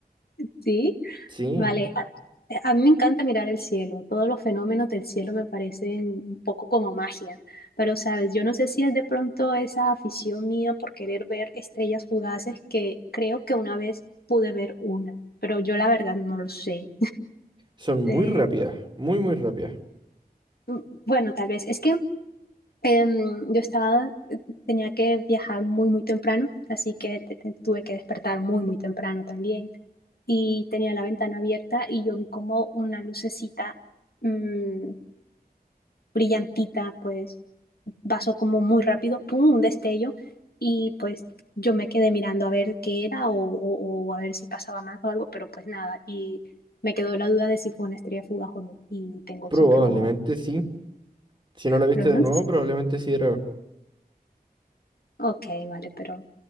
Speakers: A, on the left; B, on the right.
A: sí.
B: Sí,
A: Vale, a, eh, a mí me encanta mirar el cielo, todos los fenómenos del cielo me parecen un poco como magia, pero sabes, yo no sé si es de pronto esa afición mía por querer ver estrellas fugaces que creo que una vez pude ver una, pero yo la verdad no lo sé.
B: son muy
A: Eh,
B: rápidas, muy, muy rápidas.
A: mm, bueno, tal vez es que Em, yo estaba, tenía que viajar muy, muy temprano, así que te- te- tuve que despertar muy, muy temprano también. Y tenía la ventana abierta y yo vi como una lucecita mm, brillantita, pues pasó como muy rápido, pum, un destello. Y pues yo me quedé mirando a ver qué era o, o- o a ver si pasaba más o algo, pero pues nada. Y me quedó la duda de si fue una estrella fugaz o no. Y tengo
B: Probablemente
A: siempre como,
B: sí. Si no la viste
A: pero no.
B: de nuevo, probablemente sí era.
A: Ok, vale, pero